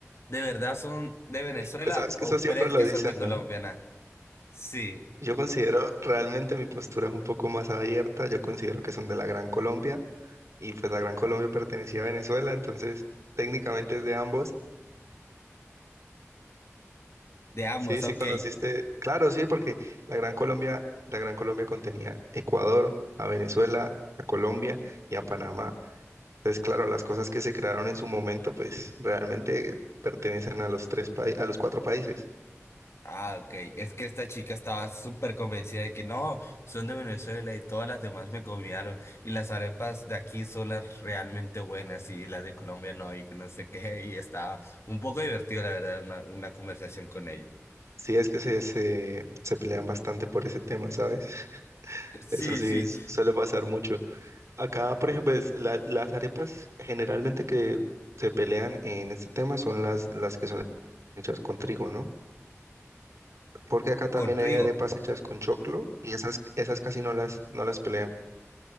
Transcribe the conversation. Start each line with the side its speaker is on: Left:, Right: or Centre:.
Left: ¿De verdad son de Venezuela
Right: Pues sabes
Left: o
Right: que eso siempre
Left: crees
Right: lo
Left: que
Right: dicen,
Left: son de Colombia?
Right: ¿no?
Left: na? Sí,
Right: Yo considero realmente mi postura es un poco más abierta, yo considero que son de la Gran Colombia y pues la Gran Colombia pertenecía a Venezuela, entonces técnicamente es de ambos.
Left: de ambos,
Right: Sí, sí
Left: ok.
Right: conociste, claro, sí, porque la Gran Colombia, la Gran Colombia contenía Ecuador, a Venezuela, a Colombia y a Panamá. Entonces, claro, las cosas que se crearon en su momento pues realmente pertenecen a los tres países, a los cuatro países.
Left: Ah, ok. Es que esta chica estaba súper convencida de que no, son de Venezuela y todas las demás me copiaron. Y las arepas de aquí son las realmente buenas y las de Colombia no, y que no sé qué. Y estaba un poco divertido, la verdad, una, una conversación con ella.
Right: Sí, es que se, se, se pelean bastante por ese tema, ¿sabes? <laughs>
Left: Sí,
Right: Eso sí,
Left: sí,
Right: es- suele pasar mucho. Acá, por ejemplo, es la- las arepas generalmente que se pelean en este tema son las, las que son hechas con trigo, ¿no? Porque acá también
Left: con trigo.
Right: hay arepas hechas con choclo y esas, esas casi no las, no las pelean.